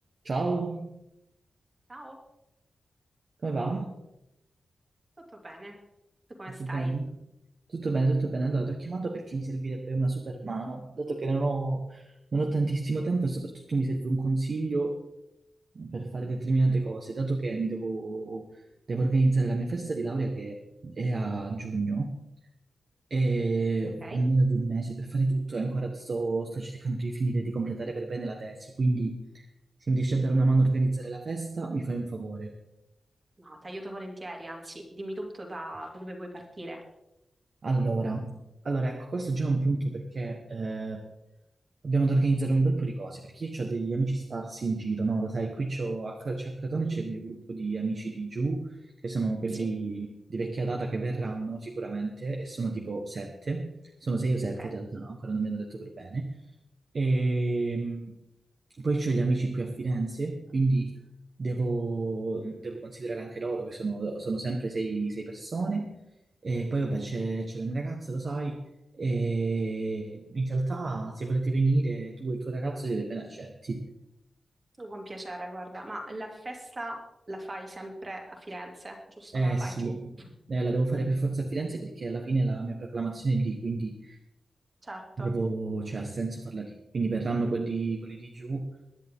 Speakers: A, on the right; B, on the right.
A: Ciao,
B: Ciao,
A: come va?
B: tutto bene? Tu come
A: Tutto
B: stai?
A: bene? Tutto bene, tutto bene. Allora, ti ho chiamato perché mi servirebbe una super mano, dato che non ho, non ho tantissimo tempo e soprattutto mi serve un consiglio per fare determinate cose, dato che mi devo, devo organizzare la mia festa di laurea che è a giugno e
B: Ok?
A: ho meno di un mese per fare tutto e ancora sto, sto cercando di finire di completare per bene la tesi, quindi se mi riesci a dare una mano a organizzare la festa, mi fai un favore.
B: No, ti aiuto volentieri, anzi, dimmi tutto da da dove vuoi partire.
A: Allora, allora, ecco, questo è già un punto perché eh, abbiamo da organizzare un bel po' di cose, perché io ho degli amici sparsi in giro, no? Lo sai, qui c'ho, a, c'è a Crotone
B: Mm,
A: c'è il mio gruppo di amici di giù, che sono quelli
B: Sì?
A: di vecchia data che verranno sicuramente, e sono tipo sette, sono sei o sette
B: Ok,
A: in realtà, no? ancora non mi hanno detto per bene, e mh, poi ho gli amici qui a Firenze, quindi devo, devo considerare anche loro, che sono, sono sempre sei, sei persone. E poi vabbè c'è c'è la mia ragazza, lo sai, e in realtà se volete venire tu e il tuo ragazzo siete ben accetti.
B: con piacere, guarda. Ma la festa la fai sempre a Firenze, giusto?
A: Eh
B: Non la fai
A: sì,
B: giù?
A: eh, la devo fare
B: Mm,
A: per forza a Firenze perché alla fine la mia proclamazione è lì, quindi
B: Certo.
A: Devo, cioè, ha senso farla lì. Quindi verranno quelli, quelli di giù,